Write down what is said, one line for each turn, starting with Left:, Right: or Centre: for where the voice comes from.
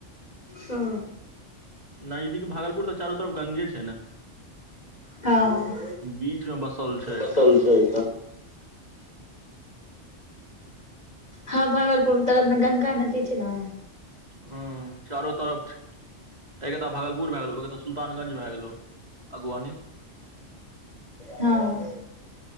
Left: ओ
Right: नजदीक भागलपुर तऽ चारू तरफ गंगे छै न
Left: हँ
Right: बीच मे बसल छै
Left: बसल
Right: एकटा
Left: छै हँ भागलपुर तरफ गंगा नदी छै न
Right: ह चारो तरफ ए कता भागलपुर भ गेलौ तऽ सुल्तानगंज भए गेलौ अगवानी
Left: हँ